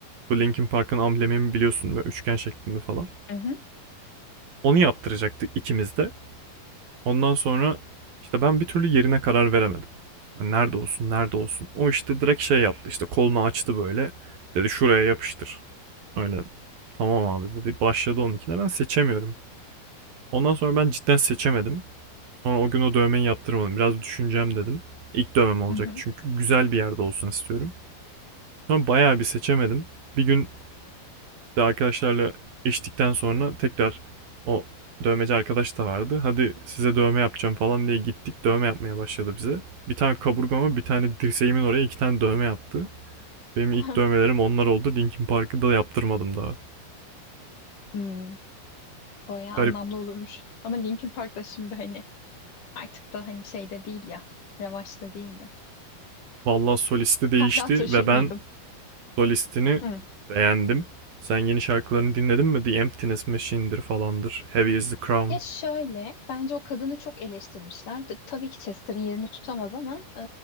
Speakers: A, on the right; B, on the left.
A: Bu Linkin Park'ın amblemini biliyorsun böyle üçgen şeklinde falan.
B: Hı hı.
A: Onu yaptıracaktık ikimiz de. Ondan sonra işte ben bir türlü yerine karar veremedim. Hani nerede olsun, nerede olsun. O işte direkt şey yaptı. işte kolunu açtı böyle. Dedi şuraya yapıştır. Öyle tamam abi dedi. Başladı onunkine. Ben seçemiyorum. Ondan sonra ben cidden seçemedim. Sonra o gün o dövmeyi yaptırmadım. Biraz düşüneceğim dedim. İlk dövmem olacak
B: Hı hı.
A: çünkü güzel bir yerde olsun istiyorum. Sonra bayağı bir seçemedim. Bir gün işte arkadaşlarla içtikten sonra tekrar o dövmeci arkadaş da vardı. Hadi size dövme yapacağım falan diye gittik. Dövme yapmaya başladı bize. Bir tane kaburgama, bir tane dirseğimin oraya iki tane dövme yaptı. Benim
B: <laughs>
A: ilk dövmelerim onlar oldu. Linkin Park'ı da yaptırmadım daha.
B: Hmm, bayağı
A: Garip.
B: anlamlı olurmuş. Ama Linkin Park da şimdi hani artık da hani şeyde değil ya. Revaçta değil ya.
A: Vallahi solisti değişti
B: Hala taşır
A: ve ben
B: mıydın?
A: solistini
B: Hmm.
A: beğendim. Sen yeni şarkılarını dinledin mi? The Emptiness Machine'dir falandır. Heavy is the Crown.
B: Ya şöyle, bence o kadını çok eleştirmişler. T- Tabii ki Chester'ın yerini tutamaz ama e,